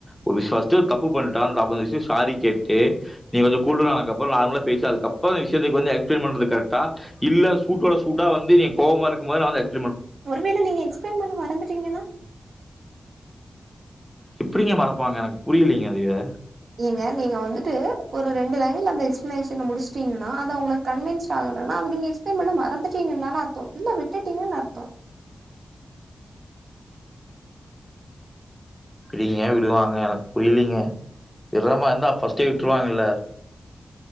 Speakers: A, in the centre; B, on the right.
A: ஒரு விஷ் ஃபஸ்டு ஒரு தப்பு பண்ட்டா அப்போ அந்த விஷ்யோ சாரி கேட்டு நீங் கூல் டவுன் ஆனதுக்கப்றோ நார்மலா பேசி அதுக்கப்றோ இந்த விஷயத்துக் வந்து எக்ஸ்ப்ளைன் பண்றது கரெக்ட் இல்ல சூட்டோட சூட்டா வந்து நீங்க கோவமா இருக்கு போது ந வந்து எக்ஸ்
B: ஒருவேளை நீங்க எக்ஸ்பிளைன் பண்ண மறந்துட்டீங்கன்னா
A: எப்டிங்க மறப்பாங்க எனக்கு புரியலீங்க அதுவே
B: நீங்க நீங்க வந்துடு ஒரு ரெண்டு லைன்லந்த எக்ஸ்ப்ளனேஷன முடிச்சிட்டிங்கனா அது அவங்களுக்கு கன்வீன்ஸ்ட் ஆகலனா அப்டி நீங்க எக்ஸ்ப்ளைன் பண்ண மறந்துட்டீங்கனுதனே அர்த்தோ இல்ல விட்டுட்டீங்க அர்த்தோ
A: எப்டிங்க விடுவாங்க எனக்கு புரியலீங்க விடுறமா இருந்தா ஃபர்ஸ்ட்டே விட்டுருவாங்கல்ல